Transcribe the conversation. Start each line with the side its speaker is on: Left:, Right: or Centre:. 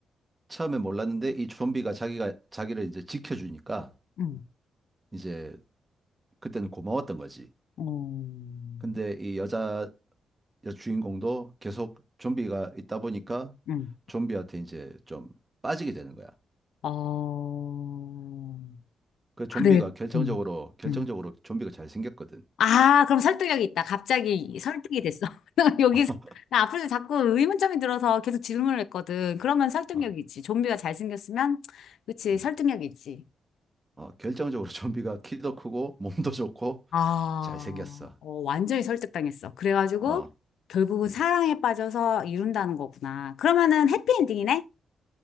Right: 처음엔 몰랐는데 이 좀비가 자기가, 자기를 이제 지켜주니까,
Left: 응
Right: 이제 그때는 고마웠던 거지.
Left: 음,
Right: 근데 이 여자 여주인공도 계속 좀비가 있다 보니까
Left: 응
Right: 좀비한테 이제 좀 빠지게 되는 거야.
Left: 어,
Right: 그 좀비가
Left: 그래,
Right: 결정적으로
Left: 응
Right: 결정적으로
Left: 응
Right: 좀비가 잘 생겼거든.
Left: 아, 그럼 설득력이 있다. 갑자기 설득이 됐어. <laughs> 나 여기서,
Right: <laughs>
Left: 나 앞으로 자꾸 의문점이 들어서 계속 질문을 했거든. 그러면 설득력이
Right: 어,
Left: 있지. 좀비가 잘생겼으면, 그치,
Right: 음.
Left: 설득력이 있지.
Right: 어, 결정적으로 좀비가 키도 크고 몸도 좋고
Left: 아,
Right: 잘 생겼어.
Left: 어, 완전히 설득당했어. 그래가지고
Right: 어,
Left: 결국은
Right: 음.
Left: 사랑에 빠져서 이룬다는 거구나. 그러면은 해피엔딩이네?